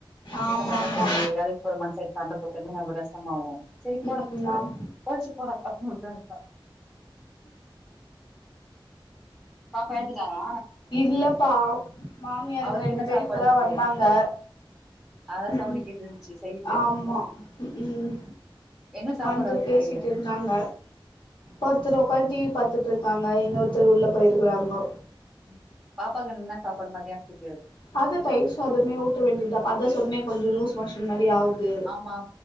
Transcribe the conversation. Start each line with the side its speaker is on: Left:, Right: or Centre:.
Left: ஆமா
Centre: சண்ட போட்டமே
Left: ஆமா
Centre: வேலைக்கு போற மனுஷன்ட்ட சண்ட போட்டமே <unintelligible> செரி போடா
Left: ம் ஆம்
Centre: அப்டின் பொழச்சு போடா <unintelligible> இருக்கா பாப்பா எழுந்துட்டாளா
Left: இல்லப்பா மாமியாருங்க
Centre: அவருக்கு
Left: ரெண்டு
Centre: என்ன
Left: பேர்
Centre: சாப்பாடு
Left: இப்பதா
Centre: இப்போ
Left: வந்தாங்க
Centre: அதான்
Left: உஹூம்
Centre: சவுண்ட் கேட்டு இருந்துச்சு சைடுல
Left: ஆமா உஹும்
Centre: என்ன சாப்பாடு
Left: வந்து
Centre: அவருக்கு
Left: பேசிட்டு இருந்தாங்க ஒருத்தர் ஒக்காந் டீ வி பாத்திட் திர்க்காங்க இன்னொருத்தரு உள்ள போயிருக்கறாங்கோ
Centre: உம் பாப்பாக்கு என்னா சாப்பாடு மத்தியானத்துக்
Left: அது தயிர் சாதமே ஊட்ட வேண்டி தா அதாப் சொன்னே கொஞ்சோ லூஸ் மோஷன்
Centre: ம்.
Left: மாரி ஆவுது
Centre: ஆமா